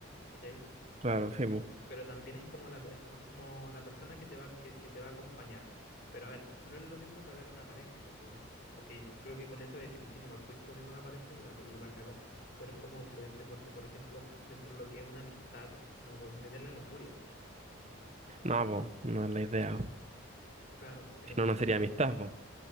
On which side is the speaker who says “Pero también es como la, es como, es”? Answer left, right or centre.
Left